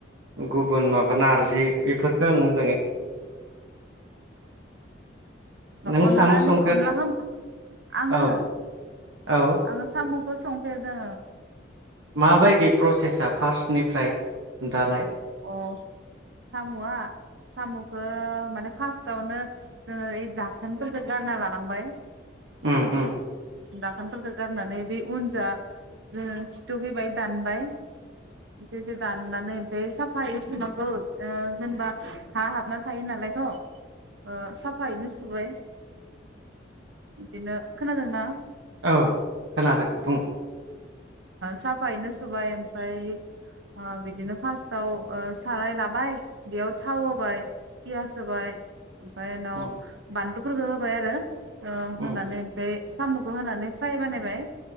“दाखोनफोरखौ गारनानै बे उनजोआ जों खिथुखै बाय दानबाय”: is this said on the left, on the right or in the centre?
Right